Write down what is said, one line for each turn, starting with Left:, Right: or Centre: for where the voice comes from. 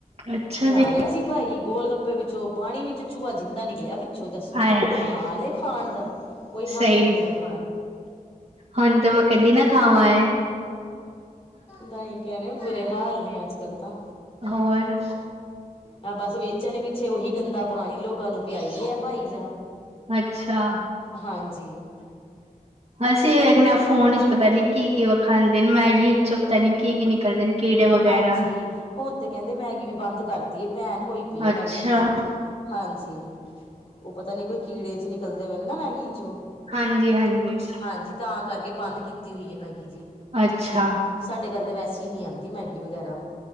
Right: ਅੱਛਾ
Left: ਖਿਲਾ
Right: ਜੀ
Left: ਰਿਹਾ ਸੀ ਭਾਈ ਗੋਲ ਗੱਪੇ ਵਿੱਚੋਂ ਪਾਣੀ ਵਿੱਚ ਚੂਆ ਜਿੰਦਾ ਨਿਕਲਿਆ ਵੀ ਚੋ ਦੱਸੋ
Right: ਹਾਏ
Left: ਕੋਈ
Right: ਹਾਏ
Left: ਹਾਲ ਏ ਖਾਣ ਦਾ ਕੋਈ ਹਾਲ
Right: ਸਹੀ
Left: ਨੀ ਹੈਗਾ।
Right: ਹੁਣ ਤਾਂ ਮੈਂ ਕਦੀ ਨਾ ਖਾਵਾਂ ਏ
Left: ਦਾਈਂ ਕਹਿ ਬੁਰੇ ਹਾਲ ਨੇ ਅੱਜ ਕੱਲ ਤਾਂ।
Right: ਹੋਰ।
Left: ਆ ਬਸ ਵੇਚਣ ਪਿੱਛੇ ਓਹੀ ਗੰਦਾ ਪਾਣੀ ਲੋਕਾਂ ਨੂੰ ਪਿਆਈ ਗਿਆ ਭਾਈ ਜਾ।
Right: ਅੱਛਾ।
Left: ਹਾਂਜੀ
Right: ਅਸੀ ਵੇਖਣੇ ਆਂ ਫੋਨ ਚ ਪਤਾ ਨੀ ਕੀ ਕੀ ਖਾਂਦੇ ਨੇ ਮੈਗੀ ਚ। ਨੀ ਕੀ ਕੀ ਨਿਕਲਦੇ ਨੇ ਕੀੜੇ ਵਗੈਰਾ
Left: ਹਾਂਜੀ ਹੁਣ ਤੇ ਕਹਿੰਦੇ ਮੈਗੀ ਵੀ ਬੰਦ ਕਰ ਬੈਣ ਹੋਈ ਪੀ ਆ
Right: ਅੱਛਾ
Left: ਮੈਗੀ ਵੀ ਜੀ ।ਹਾਂਜੀ। ਓ ਪਤਾ ਨੀ ਕੋਈ ਕੀੜੇ ਜੇ ਨਿਕਲਦੇ ਵੇ ਨਾ ਮੈਗੀ ਚੋਂ।
Right: ਹਾਂਜੀ ਹਾਂਜੀ
Left: ਹਾਂਜੀ ਤਾਂ ਕਰਕੇ ਬੰਦ ਕੀਤੀ ਹੋਈ ਹੈ ਮੈਗੀ ਜੀ।
Right: ਅੱਛਾ।
Left: ਸਾਡੇ ਘਰ ਵੈਸੇ ਨੀ ਆਂਦੀ ਮੈਗੀ ਵਗੈਰਾ।